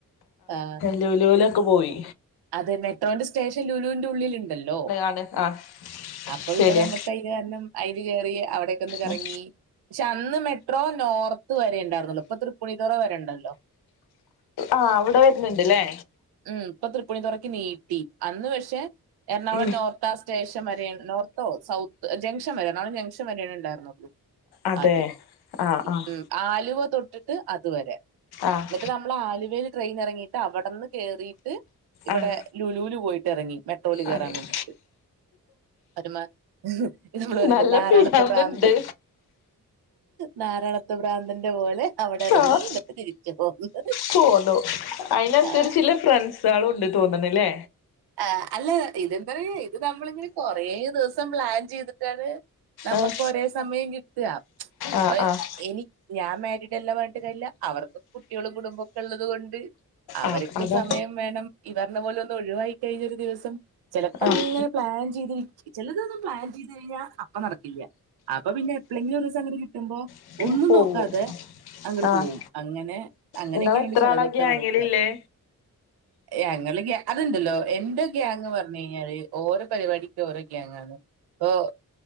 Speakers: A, on the right; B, on the left.
A: ആഹ്
B: ലുലൂലൊക്ക പോയി
A: അത് മെട്ടോന്റെ സ്റ്റേഷൻ ലുലൂന്റ് ഉള്ളില് ണ്ടല്ലോ
B: അണ് ആഹ്
A: അപ്പൊ
B: ശരിയാ
A: പിന്നെ നമ്മുക്ക് അയ്ന് കേണം അയില് കേറി അവിടെക്കെന്ന് കറങ്ങീ
B: ഉം
A: ക്ഷെ അന്ന് മെട്രോ നോർത്ത് വരെ ണ്ടാര്ന്ന്ള്ളു ഇപ്പൊ തൃപ്പൂണിത്തുറ വരെ ഉണ്ടല്ലോ
B: ആഹ് അവിടെ വെര്ന്നുണ്ട് ല്ലേ
A: ഉം പ്പൊ തൃപ്പുണിത്തുറക്ക് നീട്ടി അന്ന് പക്ഷെ എറണാകുളം
B: ഉം
A: നോർ ത്താ സ്റ്റേഷൻ വരെയെ നോർത്തോ സൗത്ത് ജംഗ്ഷൻ വരെ ര്ണാങ്കുളം ജംഗ്ഷൻ വരെണ് ണ്ടാര്ന്നുള്ളൂ
B: അതെ
A: ആദ്യം
B: ആഹ് ആഹ്
A: ഉം ആലുവ തൊട്ട്ട്ട് അതുവരെ
B: ആഹ്
A: ന്നട്ട് നമ്മള് ആലുവേന്ന് ട്രെയിന് എറങ്ങിട്ട് അവടെന്ന് കേറിയിട്ട് ഇവടെ
B: ആഹ്
A: ലുലൂല് പോയിട്ട് എറങ്ങി മെട്രോല് കേറാൻ
B: അറിയാം
A: വേണ്ടിട്ട് അത് മ്മ ത് നമ്മള് പറില്ലേ
B: നല്ല
A: നാരാണത്ത്
B: പിരാന്ത്ണ്ട്
A: പ്രാന്ത്‌ നാരായണത് ഭ്രാന്തന്റെ പോലെ അവിടെ എറങ്ങി
B: ആഹ്
A: ന്നിട്ട് തിരിച്ചു പോകുന്നു
B: പോന്നു അയിനനുസരിച്ചുള്ള
A: ആഹ്
B: ഫ്രണ്ട്സാളും ണ്ട് തോന്നുണ് ല്ലേ
A: ആഹ് അല്ല ഇത്‌ ഇതെന്തറെയ് ഇത് നമ്മളിങ്ങനെ കൊറേ ദെവസം പ്ലാൻ ചെയ്തിട്ടാണ് നമക്ക്
B: ആഹ്
A: ഒരേ സമയം കിട്ട
B: ആഹ്
A: പ്പ
B: ആഹ്
A: എനി ഞാൻ മാരിഡ് അല്ലാ പർഞ്ഞ്ട്ട് കാര്യല്ല അവർക്കും കുട്ട്യളും കുടുംമ്പൊക്ക ഉള്ളത് കൊണ്ട് അവർക്കും
B: ആഹ് അതാ
A: സമയം വേണം ഇവർടെ പോല ഒന്ന് ഒഴിവായി കഴിഞ്ഞൊരു ദിവസം ചെലപ്പ
B: ആഹ്
A: ങ്ങനെ പ്ലാൻ ചെയ്തിരിക് ചെല തൊന്നും പ്ലാൻ ചെയ്ത് കഴിഞ്ഞാ അപ്പ നടക്കില്ല അപ്പൊ പിന്നെ എപ്പളെങ്കിലു ഒരോസങ്ങട് കിട്ടുമ്പോ
B: ആഹ്
A: ഒന്നും
B: പോവും
A: നോക്കാതെ അങ്ങട്
B: ആഹ്
A: പോവും അങ്ങനെ അങ്ങനെക്കെയെണ്
B: നിങ്ങള് എത്ര
A: ചെലതൊക്ക
B: ആളാ ഗ്യാങ്ങിലില്ലേ
A: നടത്ത എ അങ്ങള് ഗ അത് ണ്ടല്ലോ എന്റെ ഗ്യാങ് പർഞ് കഴിഞ്ഞാല് ഓരൊ പരിപാടിക്ക് ഓരോ ഗ്യാങ് ആണ് പ്പൊ